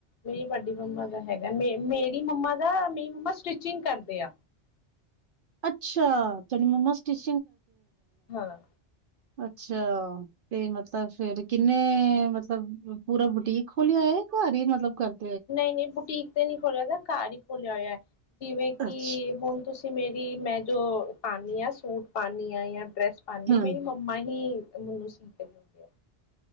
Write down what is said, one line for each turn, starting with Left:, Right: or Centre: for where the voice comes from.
Left: ਮੇਰੀ ਵੱਡੀ ਮੰਮਾ ਦਾ ਹੈਗਾ ਮੇ ਮੇਰੀ ਮੰਮਾ ਦਾ ਮੇਰੀ ਮੰਮਾ ਸਟਿਚਿੰਗ ਕਰਦੇ ਆ
Right: ਅੱਛਾ ਤੇ ਮਮਾ ਸਟੀਚ
Left: ਹਾਂ।
Right: ਅੱਛਾ ਤੇ ਮਤਲਬ ਫੇਰ ਕਿੰਨੇ ਮਤਲਬ ਪੂਰਾ ਬੁਟੀਕ ਖੋਲਿਆ ਏ ਘਰ ਹੀ ਮਤਲਬ ਕਰਦ
Left: ਨਹੀਂ ਨਹੀਂ ਬੁਟੀਕ ਤੇ ਨਹੀਂ ਖੋਲ੍ਹਿਆਦਾ ਘਰ ਹੀ ਖੋਲਿਆ ਹੋਇਆ ਜਿਵੇਂ ਕਿ
Right: ਅੱਛਾ
Left: ਹੁਣ ਤੁਸੀਂ ਮੇਰੀ ਮੈਂ ਜੋ ਪਾਨੀ ਆ ਸੂਟ ਪਾਨੀ ਹਾਂ ਜਾਂ ਡਰੈਸ ਪਾਨੀ
Right: ਹਮ
Left: ਆ ਮੇਰੀ ਮੰਮਾ ਹੀ ਮੈਨੂੰ ਸੀ ਕੇ ਦਿੰਦੇ ਆ